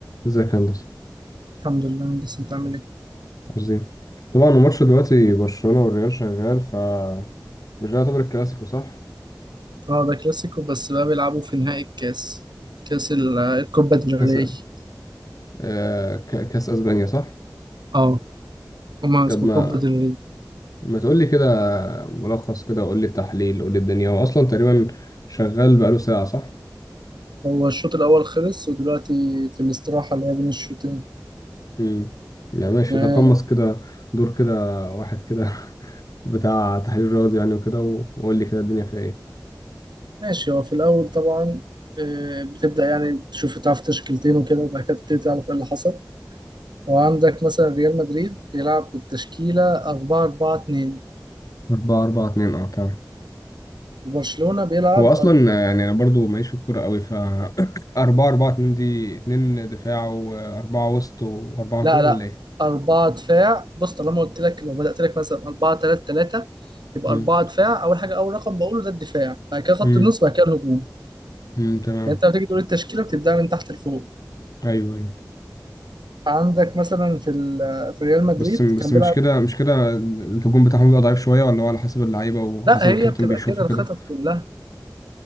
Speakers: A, on the left; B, on the right.
A: ازيك يا هندسة
B: الحمد لله بس انت عامل ايه؟
A: عظيم طبعا الماتش دلوقتي برشلونة والريال شغال ف مش ده يعتبر الكلاسيكو صح؟
B: اه ده كلاسيكو بس بقى بيلعبوا في نهائي الكاس كاس ال- الكوبا ديل
A: كاس
B: ري
A: آه... ك- كاس اسبانيا صح؟
B: اه هما
A: طب
B: اسمه
A: ما
B: كوبا ديل ري
A: ما تقول لي كده ملخص كده قول لي التحليل قول لي الدنيا هو اصلا تقريبا شغال بقاله ساعة صح؟
B: هو الشوط الاول خلص ودلوقتي في الاستراحة اللي هي بين الشوطين
A: امم يعني ماشي
B: يعني
A: تقمص كده دور كده واحد كده <laughs> بتاع تحليل رياضي يعني وكده و- وقول لي كده الدنيا فيها ايه؟
B: ماشي هو في الاول طبعا آه، بتبدأ يعني تشوف تعرف تشكيلتين وكده وبعد كده تبتدي تعرف ايه اللي حصل وعندك مثلا ريال مدريد بيلعب بالتشكيلة 4 4 2
A: 4 4 2 اه تمام
B: وبرشلونة بيلعب
A: هو اصلا يعني انا برضو ماليش في الكوره قوي ف <clears throat> 4 4 2 دي 2 دفاع واربعه وسط واربعه هجوم
B: لا لا
A: ولا ايه
B: أربعة دفاع بص طالما قلت لك لو بدأت لك مثلا أربعة تلاتة تلاتة يبقى
A: امم
B: أربعة دفاع أول حاجة أول رقم بقوله ده الدفاع بعد كده خط
A: امم
B: النص بعد كده الهجوم
A: امم تمام
B: يعني أنت لما تيجي تقول التشكيلة بتبدأ من تحت لفوق
A: ايوه ايوه
B: عندك مثلا في ال- في ريال مدريد
A: بس بس
B: كان
A: مش
B: بيلعب
A: كده مش كده الهجوم بتاعهم بيبقى ضعيف شويه ولا هو على حسب اللعيبه وحسب
B: لا هي
A: الكابتن
B: بتبقى
A: بيشوفه
B: كده
A: كده
B: الخطط كلها